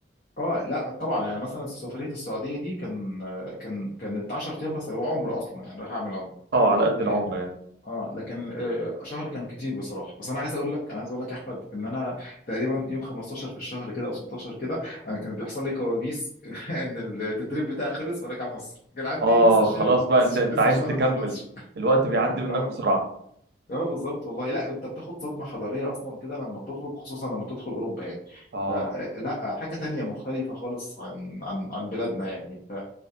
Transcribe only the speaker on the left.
اه لا طبعا يعني مثلا سفريه السعوديه دي كان كان كانت 10 ايام بس هو عمره اصلا يعني راح اعمل عمره
إيه،
اه لكن آه شهر كان كتير بصراحه بس انا عايز اقول لك انا عايز اقول لك يا احمد ان انا تقريبا يوم 15 في الشهر كده او 16 كده انا كان بيحصل لي كوابيس <laughs> ان التدريب بتاعي خلص وراجع مصر كان عندي
لسه الشهر
ما خلصش
لسه
الشهر
ما خلصش
اه
اه بالظبط والله لا انت بتاخد صدمه حضاريه اصلا كده لما تخرج خصوصا لما تدخل اوروبا يعني
فلا حاجه تانية مختلفه خالص عن عن عن بلادنا يعني ف